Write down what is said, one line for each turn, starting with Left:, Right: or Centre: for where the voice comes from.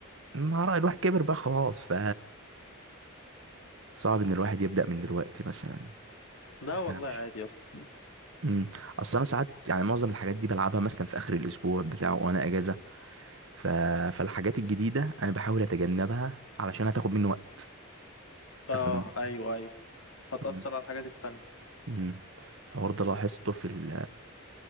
Right: مع رأي الواحد كبر بقى خلاص ف صعب ان الواحد يبدأ من دلوقتي مثلا ما
Left: لا
Right: تفهمش
Left: والله عادي بس
Right: امم اصل انا ساعات يعني معظم الحاجات دي بلعبها مثلا في اخر الاسبوع بتاع وانا اجازة ف... فالحاجات الجديدة انا بحاول اتجنبها علشان هتاخد مني وقت انت
Left: اه
Right: فاهم النقطة
Left: ايوه
Right: دي
Left: ايوه هتأثر
Right: مم.
Left: على الحاجات التانية
Right: مم. الحوار ده لاحظته في ال-